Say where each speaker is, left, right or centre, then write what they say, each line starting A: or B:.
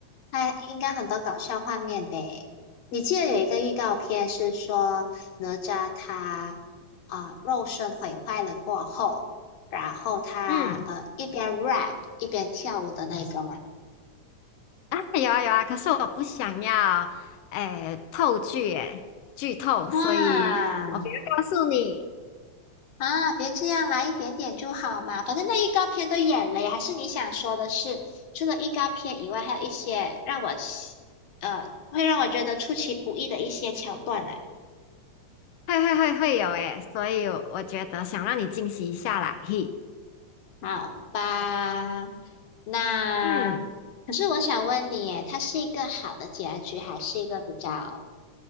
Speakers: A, on the left; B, on the left.
A: 它应该很多搞笑画面呗。你记得有一个预告片是说哪吒他啊、呃肉身毁坏了过后，然后他呃一边
B: 嗯。
A: rap 一边跳舞的那个吗？
B: 啊，有啊有啊，可是我不想要，诶，透剧诶，剧透，
A: 啊！
B: 所以我不要告诉你，
A: 啊，别这样啦，一点点就好嘛。反正那预告片都演了呀，还是你想说的是，除了预告片以外，还有一些让我喜呃，会让我觉得出其不意的一些桥段呢。
B: 会会会会有诶，所以我我觉得想让你惊喜一下啦，嘿，
A: 好吧，那可是我想问你耶，
B: 嗯
A: 它是一个好的结局，还是一个比较